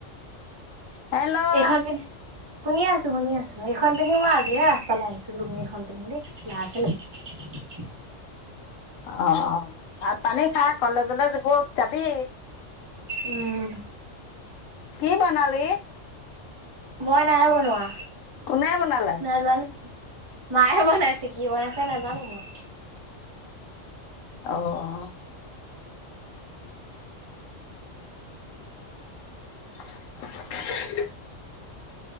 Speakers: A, on the left; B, on the right.
A: হেল্ল'
B: এইখন পিন্ধি শুনি আছো শুনি আছো এইখন পিন্ধি মই আজিহে ৰাস্তালৈ আহিছোলো এইখন পিন্ধি দেই লৰা ছোৱালী
A: অ ভাত পানী খা কলেজলে জ গ যাবি
B: উম
A: কি বনালি?
B: মই নাই বনোৱা।
A: কোনে বনালে?
B: নাজানো কি মায়ে বনাইছে, কি বনাইছে নাই জানো মই।
A: অহ-অহ। <inaudible>